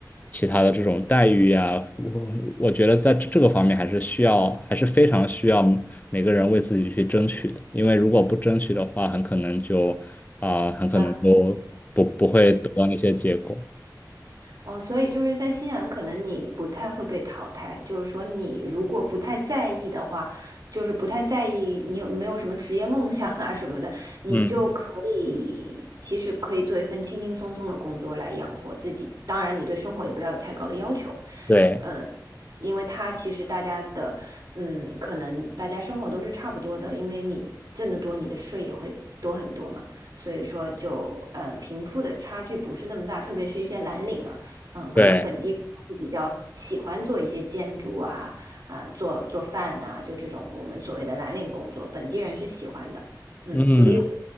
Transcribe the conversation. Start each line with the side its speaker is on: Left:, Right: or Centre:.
Left: 其他的这种待遇呀，我我觉得在这这个方面还是需要，还是非常需要每个人为自己去争取的。因为如果不争取的话，很可能就啊、很可能就不不会得到那些结果。
Right: 的？哦，所以就是在新西兰，可能你不太会被淘汰。就是说，你如果不太在意的话，就是不太在意你有没有什么职业梦想啊什么的，你就可以其实可以做一份轻轻松松的工作来养活自己。
Left: 嗯，
Right: 当然，你对生活也不要有太高的要求，
Left: 对
Right: 嗯，因为它其实大家的，嗯，可能大家生活都是差不多的，因为你挣得多，你的税也会多很多嘛。所以说就，嗯，贫富的差距不是那么大，特别是一些蓝领啊。嗯，可能本地人是比较喜欢做一些建筑啊，
Left: 对，
Right: 啊，做做饭呐、就这种我们所谓的蓝领工作，本地人是喜欢的，嗯，
Left: 嗯。
Right: 体力活，